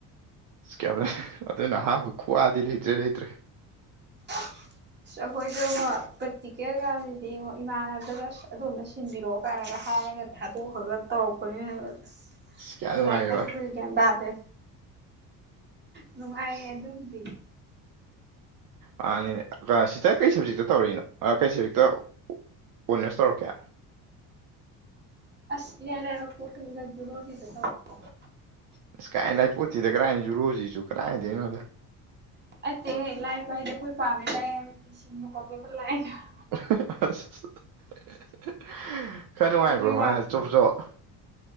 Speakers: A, on the right (about 60°); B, on the right (about 30°).
A: ꯀꯩꯕꯥ ꯑꯗꯨꯅ ꯑꯍꯥꯟꯕ ꯈꯨꯋꯥꯗꯤ ꯂꯩꯇ꯭ꯔꯦ ꯂꯩꯇ꯭ꯔꯦ
B: <inaudible> ꯑꯩꯈꯣꯏꯁꯨ ꯀꯣ ꯄ꯭ꯔꯦꯛꯇꯤꯀꯦꯜꯒꯁꯤꯗꯤ ꯏꯃꯥꯟꯅꯕꯗꯒ ꯑꯗꯨ ꯁꯤꯟꯕꯤꯔꯛꯑꯣ ꯀꯥꯏꯅꯒ ꯍꯥꯏ ꯊꯥꯗꯣꯛꯈ꯭ꯔꯒ ꯇꯧꯔꯛꯄꯅꯤꯅ ꯑꯁ
A: ꯀꯌꯥ ꯅꯨꯡꯉꯥꯏꯕ
B: ꯂꯥꯏꯔꯤꯛꯀꯥꯥꯁꯦ ꯑꯩꯈꯣꯏꯁꯨ ꯒ꯭ꯌꯥꯟ ꯇꯥꯗ꯭ꯔꯦ ꯅꯨꯡꯉꯥꯏ
A: ꯑꯁ
B: ꯑꯗꯨꯝꯃꯗꯤ
A: ꯃꯟꯅꯤꯅꯦ ꯁꯤꯁꯇꯔ ꯇꯧꯔꯛ ꯑꯦꯅꯣ ꯑꯥ ꯀꯩ ꯁꯕꯖꯦꯛ ꯇꯥ ꯑꯣꯔꯅꯔꯁ ꯇꯧꯔꯛꯀꯦ
B: ꯑꯁ ꯏꯔꯥꯏ ꯂꯥꯏꯕ ꯄꯣꯠꯇꯅꯤꯗ ꯖꯨꯂꯣꯖꯤꯗ ꯇꯧꯔꯛꯄ
A: ꯑꯁ ꯀꯥꯏ ꯂꯥꯏꯄꯣꯠꯇꯦꯗ ꯀꯥꯏ ꯖꯨꯂꯣꯖꯤꯁꯨ ꯀꯔꯥꯏꯗꯩꯅꯣꯗ
B: ꯅꯠꯇꯦꯍꯦ ꯂꯥꯏꯕ <unintelligible>
A: ꯍꯥ ꯍꯥ ꯑꯁ ꯍꯥ ꯍꯥ ꯍꯥ ꯈꯔ ꯅꯨꯡꯉꯥꯏꯕ꯭ꯔꯣ
B: ꯑꯗꯨꯏ
A: ꯉꯔꯡ ꯆꯣꯞ ꯆꯣꯞ